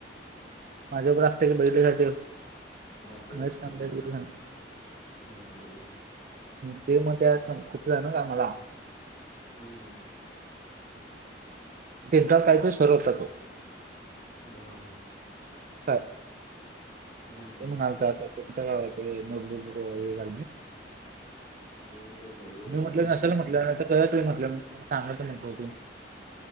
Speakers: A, on the right; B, on the left.
A: माझ्याकडे असते की बघितल्यासाठी
B: हा, तेच
A: महेश
B: ते
A: तांबळे
B: माहित नाही ना. हा बघितले.
A: ते मग त्या सं खचलं ना का मला
B: हम् हम्.
A: एकदा काय ते सर्वच दाखव.
B: हम हा
A: साय
B: हम्म
A: ते म्हणालता. <unintelligible> जग मली हे घा
B: हे ते लय वेळ
A: मी म्हटलं
B: झालंय
A: नसल
B: सोड
A: म्हटलं आता करा तुम्ही म्हटलं चांगलं कर म्हटलं ते.